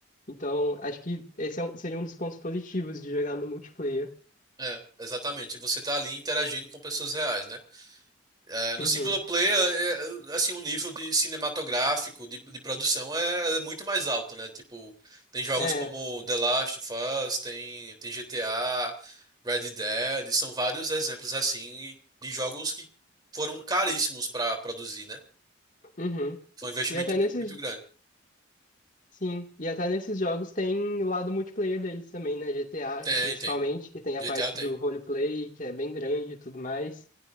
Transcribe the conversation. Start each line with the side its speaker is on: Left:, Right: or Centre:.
Left: Então, acho que esse é um- seria um dos pontos positivos de jogar no multiplayer.
Right: é, exatamente. Você tá ali interagindo com pessoas reais, né? É, no
Left: Uhum.
Right: single player, é, é, assim, o nível de cinematográfico, de, de produção é é muito mais alto, né? Tipo, tem jogos
Left: É.
Right: como The Last of Us, tem, tem GTA, Red Dead, são vários exemplos assim de jogos que foram caríssimos pra produzir, né?
Left: Uhum.
Right: Foi um investimento
Left: E até nesses
Right: muito grande.
Left: Sim, e até nesses jogos tem o lado multiplayer deles também, né? GTA,
Right: Tem,
Left: principalmente,
Right: tem.
Left: que tem a
Right: GTA
Left: parte
Right: tem.
Left: do roleplay, que é bem grande e tudo mais.